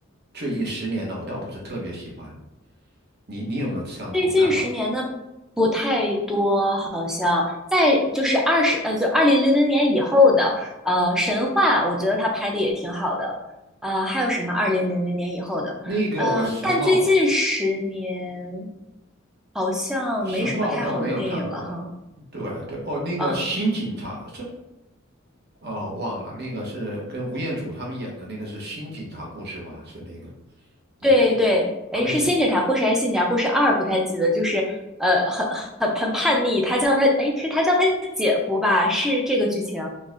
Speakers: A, on the right; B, in the centre.
A: 最近十年的，我倒不是特别喜欢。你你有没有相同的看法？
B: 最近十年的不太多，好像在就是二十呃，就二零零零年以后的呃神话，我觉得他拍的也挺好的。呃，还有什么二零零零年以后的？
A: 那个我神话
B: 呃，但最近十年好像没什么太好的电影了哈。
A: 神话我倒没有看过，对对，哦，那个新警察，
B: 啊，
A: 哦，忘了那个是跟吴彦祖他们演的那个是新警察故事吧？是那个那片
B: 对对，哎，
A: 哦，那是
B: 是《新警察故事》还是《新警察故事二》？不太记得，就是呃，很很很叛逆，他叫他哎，是他叫他姐夫吧？是这个剧情。